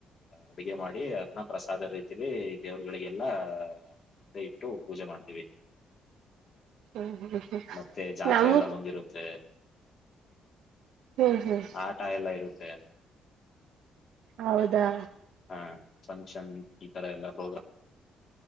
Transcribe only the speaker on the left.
ಅಡಗೆ ಮಾಡಿ ಅದ್ನ್ನ ಪ್ರಸಾದ ರೀತಲಿ ದೇವ್ರುಗಳಿಗೆಲ್ಲ ಮುಂದೆ ಇಟ್ಟು ಪೂಜೆ ಮಾಡ್ತೀವಿ
ಮತ್ತೆ ಜಾತ್ರೆ
ಎಲ್ಲ ಬಂದಿರುತ್ತೆ
ಆಟ ಎಲ್ಲ ಇರುತ್ತೆ ಸ
ಹಾ ಫಂಕ್ಷನ್ ಈ ತರ ಎಲ್ಲಾ ಪ್ರೋಗ್ರಾಮ